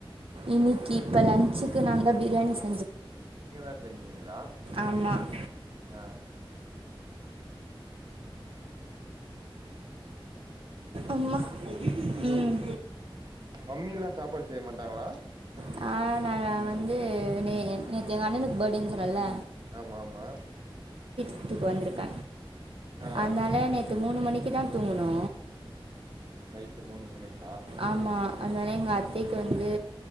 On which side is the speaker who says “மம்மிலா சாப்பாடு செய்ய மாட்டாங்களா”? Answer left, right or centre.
Right